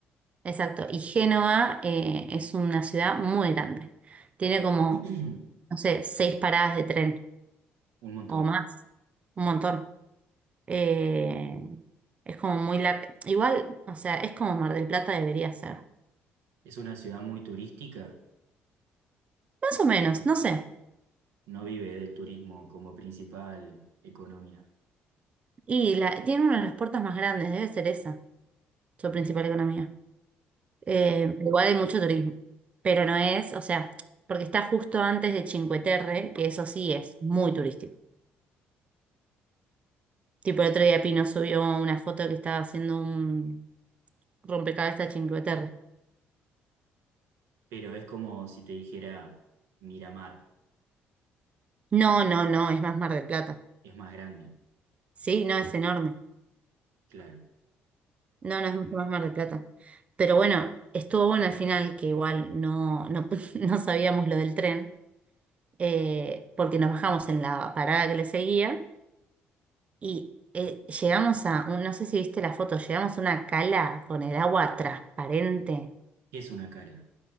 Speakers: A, on the right; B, on the right.
A: exacto. Y Génova eh, es una ciudad muy grande. Tiene como,
B: <clears throat>
A: no sé, seis paradas de tren
B: Un montón.
A: o más, un montón. Eh, es como muy larga. Igual, o sea, es como Mar del Plata debería ser.
B: Es una ciudad muy turística.
A: Más o menos, no sé.
B: No vive del turismo como principal economía.
A: Y la, tiene una de las puertas más grandes, debe ser esa, su principal economía. Eh,
B: Claro.
A: igual hay mucho turismo, pero no es, o sea, porque está justo antes de Cinque Terre, que eso sí es muy turístico. Tipo, el otro día Pino subió una foto que estaba haciendo un rompecabezas de Cinque Terre.
B: pero es como si te dijera Miramar,
A: No, no, no, es más Mar del Plata.
B: es más grande,
A: Sí, no, es enorme.
B: claro.
A: No, no es mucho más Mar del Plata. Pero bueno, estuvo bueno al final, que igual no, no, <laughs> no sabíamos lo del tren, eh, porque nos bajamos en la parada que le seguía y eh, llegamos a, un- no sé si viste la foto, llegamos a una cala con el agua transparente.
B: ¿Qué es una cala?